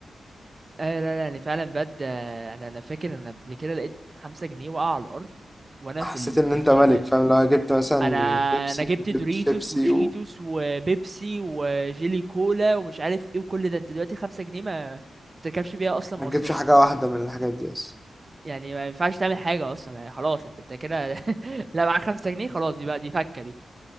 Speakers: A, on the right; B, in the centre.
A: آه لا لا يعني فعلا بجد آه، انا انا فاكر انا قبل كده لقيت خمسة جنيه وقع على الارض وانا
B: حسيت
A: في ال...
B: إن
A: في
B: أنت
A: الكيجي
B: ملك
A: بجد
B: فاهم لو جبت مثلا
A: انا
B: بيبسي
A: انا جبت
B: جبت
A: دوريتوس
B: شيبسي
A: وشيتوس وبيبسي وجيلي كولا ومش عارف ايه وكل ده انت دلوقتي خمسة جنيه ما ما تركبش بيها اصلا
B: ما
A: مواصلات
B: تجيبش حاجة واحدة من الحاجات دي أصلا
A: يعني ما ينفعش تعمل حاجة أصلا يعني خلاص أنت أنت كده <laughs> لا معاك خمسة جنيه خلاص دي بقى دي فكة دي